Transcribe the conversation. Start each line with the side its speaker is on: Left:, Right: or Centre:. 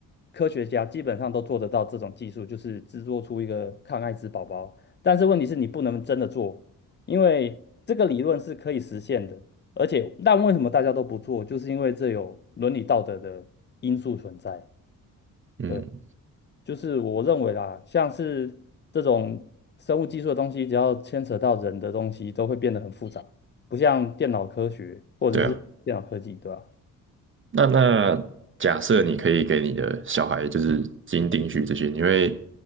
Left: 科学家基本上都做得到这种技术，就是制作出一个抗艾滋宝宝。但是问题是你不能真的做，因为这个理论是可以实现的，而且但为什么大家都不做，就是因为这有伦理道德的因素存在。
Right: 嗯，
Left: 对。就是我认为啦，像是这种生物技术的东西，只要牵扯到人的东西，都会变得很复杂，不像电脑科学或者是电脑科技，
Right: 对啊。
Left: 对吧、
Right: 那那假设你可以给你的小孩就是基因定序这些，你会